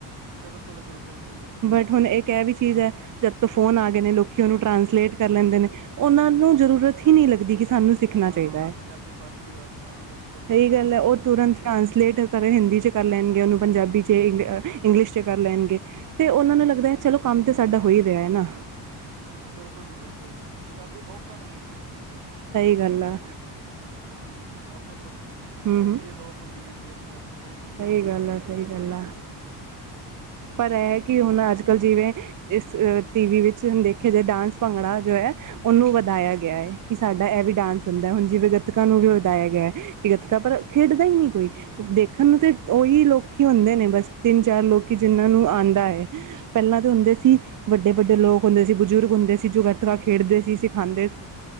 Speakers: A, on the right (about 75°); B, on the right (about 50°).
A: ਬਿਲਕੁਲ ਬਿਲਕੁਲ ਜੀ ਹਾਂਜੀ।
B: ਬਟ ਹੁਣ ਇੱਕ ਇਹ ਵੀ ਚੀਜ਼ ਐ। ਜਦ ਤੋਂ ਫੋਨ ਆ ਗਏ ਨੇ ਲੋਕੀ ਉਹਨੂੰ ਟਰਾਂਸਲੇਟ ਕਰ ਲੈਂਦੇ ਨੇ ਉਹਨਾਂ ਨੂੰ ਜ਼ਰੂਰਤ ਹੀ ਨੀ ਲੱਗਦੀ ਕਿ ਸਾਨੂੰ ਸਿੱਖਣਾ
A: ਹਾਂ
B: ਚਾਹੀਦਾ ਹੈ
A: ਪੰਜਾਬੀ ਪੜ੍ਹਨ ਦੀ ਬਸ ਹਾਂ ਬਿਲਕੁਲ
B: ਸਹੀ ਗੱਲ ਐ ਉਹ ਤੁਰੰਤ ਟਰਾਂਸਲੇਟ ਕਰ ਹਿੰਦੀ ਚ ਕਰ ਲੈਣਗੇ ਉਹਨੂੰ ਪੰਜਾਬੀ <unintelligible> ਇੰਗਲਿਸ਼ ਚ ਕਰ ਲੈਣਗੇ ਤੇ ਉਹਨਾਂ
A: ਹੂੰ
B: ਨੂੰ ਲੱਗਦਾ ਚਲੋ ਕੰਮ ਤੇ ਸਾਡਾ ਹੋ ਈ ਰਿਆ ਐ ਨਾ
A: ਬਿਲਕੁਲ ਜੀ ਬਿਲਕੁਲ ਪੰਜਾਬੀ ਬਹੁਤ ਘੱਟ ਗੀ।
B: ਸਈ ਗੱਲ ਐ।
A: ਹੂੰ ਆਪਣੇ ਸ ਬੋਲੀ
B: ਹੂੰ
A: ਅਲੋਪ ਹੁੰਦੀ ਜਾਂਦੀ ਐ ਪੰਜਾਬੀ ਬਿਲਕੁਲ ਹੂੰ
B: ਸਹੀ ਗੱਲ ਆ ਸਹੀ ਗੱਲ ਆ ਪਰ ਇਹ ਕਿ ਹੁਣ ਅੱਜ ਕੱਲ੍ਹ ਜਿਵੇਂ ਇਸ ਅ ਟੀਵੀ ਵਿੱਚ ਹੁਣ ਦੇਖਿਆ ਜਾਏ ਡਾਂਸ ਭੰਗੜਾ ਜੋ ਹੈ। ਉਹਨੂੰ ਵਧਾਇਆ ਗਿਆ ਐ ਕਿ ਸਾਡਾ ਇਹ ਵੀ ਡਾਂਸ ਹੁੰਦਾ ਐ ਹੁਣ ਜਿਵੇਂ ਗਤਕਾਂ ਨੂੰ ਵੀ ਵਧਾਇਆ ਗਿਆ ਐ। ਕਿ ਗਤਕਾ ਪਰ ਖੇਡਦਾ ਈ ਨੀ ਕੋਈ ਦੇਖ ਸਾਨੂੰ ਤੇ ਉਹੀ ਲੋਕੀ ਹੁੰਦੇ ਨੇ ਬਸ ਤਿੰਨ ਚਾਰ ਲੋਕੀ ਜਿਹਨਾਂ ਆਂਦਾ ਐ। ਪਹਿਲਾਂ ਤਾਂ ਹੁੰਦੇ ਸੀ, ਵੱਡੇ ਵੱਡੇ ਲੋਕ ਹੁੰਦੇ ਸੀ ਬਜ਼ੁਰਗ ਹੁੰਦੇ ਸੀ ਜੋ ਗਤਕਾ ਖੇਡਦੇ ਸੀ ਸਿਖਾਦੇ ਸੀ।